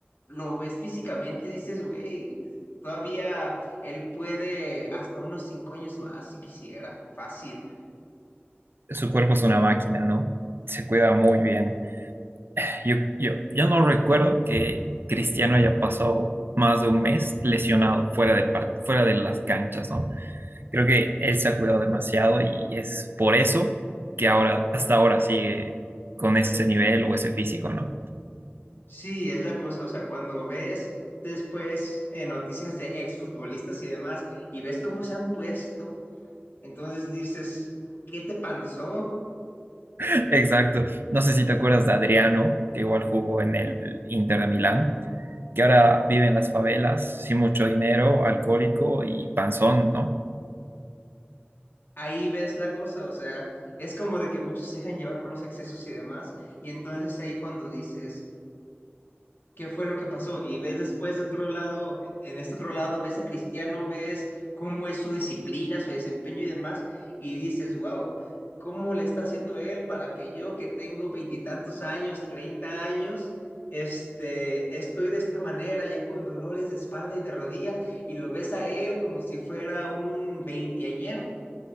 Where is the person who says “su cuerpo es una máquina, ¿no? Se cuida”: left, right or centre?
Right